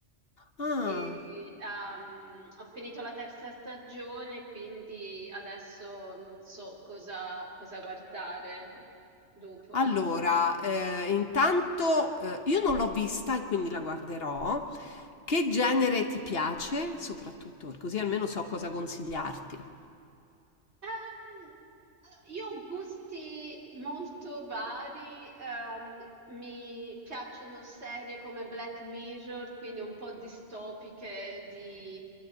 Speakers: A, on the left; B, on the right.
A: Ah,
B: e ehm, ho finito la terza stagione, quindi adesso non so cosa cosa guardare dopo.
A: allora, eh, intanto eh, io non l'ho vista e quindi la guarderò. Che genere ti piace, soprattutto, così almeno so cosa consigliarti.
B: Ehm, allora, io ho gusti molto vari, ehm, mi piacciono serie come Black Mirror, quindi un po' distopiche di